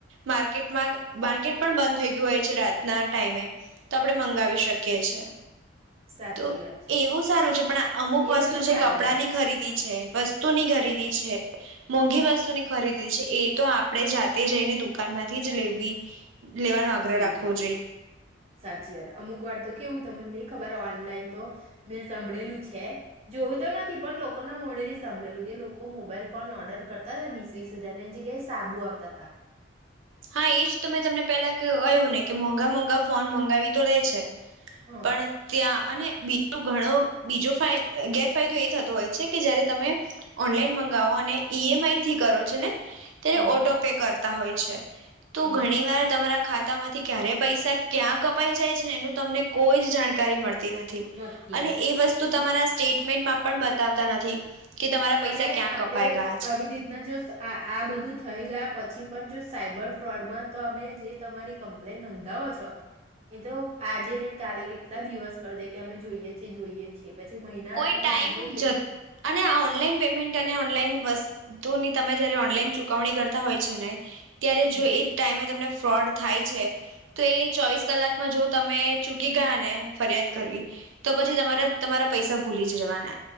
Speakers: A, on the right; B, on the right.
A: માર્કેટમાં માર્કેટ પણ બંધ થઈ ગ્યું હોય છે રાતના ટાઈમે તો આપણે મંગાવી શકીએ છે.
B: સાચી
A: તો
B: વાત છે
A: એવું સારું છે, પણ આ અમુક
B: એ
A: વસ્તુ
B: બધું
A: જે
B: ચાલી
A: કપડાની
B: જાય
A: ખરીદી છે, વસ્તુની ખરીદી છે મોંઘી વસ્તુની ખરીદી છે, એ તો આપડે જાતે જઈને દુક કાનમાંથી જ લેવી આગ્રહ
B: જોઈએ
A: રાખવો
B: સાચી વાત અમુક વાર તો કેવું તમને ખબર ઓનલાઈન તો મેં સંભળેલું છે જોયું તો નથી પણ લોકોના મોડેથી સંભળેલું કે લોકો મોબાઈલ ફોન ઓર્ડર કરતા હતા વીસ વીસ હજાર એ જગ્યાએ સાબુ આવતા તા.
A: હા એજ તો મેં તમને પેલા ક-કહ્યું ને કે મોંઘા મોંઘા ફોન મંગાવી તો લે છે
B: હં
A: પણ ત્યાં અને બીટૂ ઘણો બીજો ગેરફાયદો એ થતો હોય છે કે જયારે તમે ઓનલાઈન મંગાવો અને ઈ એમ આઈ થી કરો છો ને તેને
B: હમ
A: ઓટો પે કર તા હોય છે. તો
B: હમ
A: ઘણી વાર તમારા ખાતા માંથી ક્યારે પૈસા ક્યાં કપાઈ જાય છે ને એનું તમને કોઈ જ જાણકારી મળ તેનાથી,
B: નથી
A: અને એ વસ્તુ તમારા સ્ટેટમેન્ટમાં પણ બતાવતા નથી કે તમારા
B: અને
A: પૈસા ક્યાં
B: આપડે
A: કપાઈ ગયા છે
B: આવી રીતના જો આ-આ બધું થઈ ગયા પછી પન જો સાયબર ફ્રોડમાં તો અમે જે તમારી કમ્પ્લેન નોંધાવો છો, એ તો આજે નહી કાલે કેટલા દિવસ કરી દે કે અમે જોઈએ છીએ જોઈએ છીએ. પછી મહિના
A: કોઈ
B: આપણે
A: ટાઈમ
B: રાહ જોઈએ
A: જત અને આ ઓન લાઈન પેમેન્ટ અને ઓનલાઈન વસ્તુની તમે જયારે ઓનલાઈન ચુકવણી કરતા હોય છે ને ત્યારે
B: હમ,
A: જો એ ટાઈમે તમને ફ્રોડ થાય છે. તો એ ચોવીસ કલાકમાં જો તમે ચૂકી ગયા ને ફરિયાદ કરવી, તો પછી તમારા તમારા પૈસા ભૂલીજ રવાના.